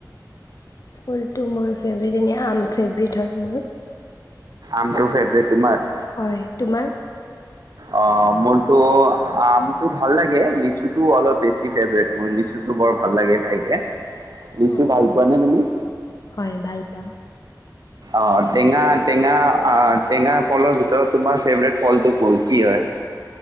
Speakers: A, on the left; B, on the right.
A: ফুলটো মোৰ ফেভাৰট এনেই আম ফেভৰেট হয় মোৰ।
B: আমটো ফেভৰেট তোমাৰ?
A: হয় তোমাৰ
B: অ মোৰতো আমটো ভাল লাগে লিচুটো অলপ বেছি ফেভাৰেট মোৰ লিচুটো বৰ ভাল লাগে খাইকে। লিচু
A: হয়
B: ভাল পোৱা নে তুমি?
A: হয়, ভাল পাওঁ
B: অ টেঙা টেঙা টেঙা ফলৰ ভিতৰত তোমাৰ ফেভৰেট ফলটো কোন কি হয়?